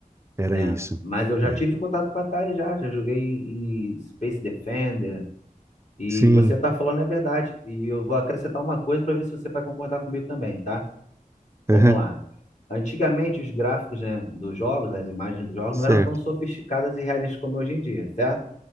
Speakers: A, on the right; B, on the left.
A: era
B: né?
A: isso.
B: Mas eu já
A: É.
B: tive contato com o Atari já. Já joguei em Space Defender. E
A: Sim.
B: você tá falando é verdade. E eu vou acrescentar uma coisa pra ver se você vai concordar comigo também, tá? Vamos
A: Aham.
B: lá. Antigamente, os gráficos, né, dos jogos, as imagens dos jogos,
A: Certo.
B: não eram tão sofisticadas e realistas como hoje em dia, certo?